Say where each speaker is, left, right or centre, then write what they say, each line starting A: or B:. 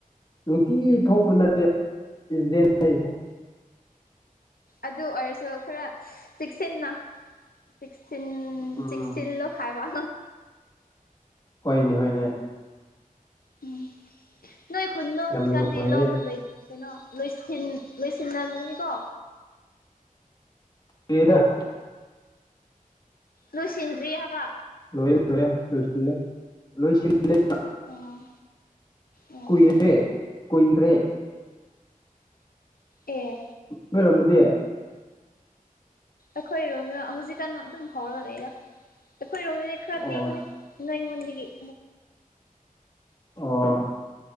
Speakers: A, on the left; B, on the left.
A: ꯅꯨꯡꯇꯤ ꯊꯣꯛꯄ ꯅꯠꯇꯦ ꯑꯦꯛꯁꯤꯗꯦꯟ ꯍꯥꯏꯁꯦ
B: ꯑꯗꯨ ꯑꯣꯏꯔꯁꯨ ꯈꯔ ꯆꯦꯛꯁꯤꯟꯅ ꯆꯦꯛꯁꯤꯟ
A: ꯎꯝ
B: ꯆꯦꯛꯁꯤꯟꯂꯨ ꯍꯥꯏꯕ
A: ꯍꯣꯏꯅꯦ ꯍꯣꯏꯅꯦ
B: ꯎꯝ ꯅꯣꯏ ꯈꯨꯨꯟꯗꯣ ꯍꯧꯖꯤꯛꯀꯥꯟꯗꯤ
A: ꯌꯥꯝꯅ ꯅꯨꯡꯉꯥꯏꯌꯦ
B: ꯂꯧꯗ ꯂꯣꯢ ꯀꯩꯅꯣ ꯂꯣꯏꯁꯤꯟ ꯂꯣꯢꯁꯤꯟꯅꯔꯝꯒꯅꯤꯀꯣ
A: ꯗ꯭ꯔꯤꯗ
B: ꯂꯣꯏꯁꯤꯟꯗ꯭ꯔꯤ ꯍꯥꯏꯕ
A: ꯂꯣꯏꯌꯦ ꯂꯣꯏꯌꯦ ꯂꯣꯏꯁꯤꯜꯂꯦ ꯂꯣꯏꯁꯤꯜꯂꯦ
B: ꯑꯣ ꯑꯣ
A: ꯀꯨꯏꯔꯦ ꯀꯨꯏꯈ꯭ꯔꯦ
B: ꯑꯦ
A: ꯅꯣꯏꯔꯣꯝꯗꯗꯤ
B: ꯑꯩꯈꯣꯏꯔꯣꯝꯅ ꯍꯧꯖꯤꯛꯀꯥꯟ ꯑꯗꯨꯝ ꯍꯧꯔꯒ ꯂꯩꯗ ꯑꯩꯈꯣꯏꯔꯣꯝꯗꯗꯤ ꯈꯔ
A: ꯑꯣ
B: ꯊꯦꯡꯕꯅꯤ ꯅꯣꯏꯉꯣꯟꯗꯒꯤ
A: ꯑꯣ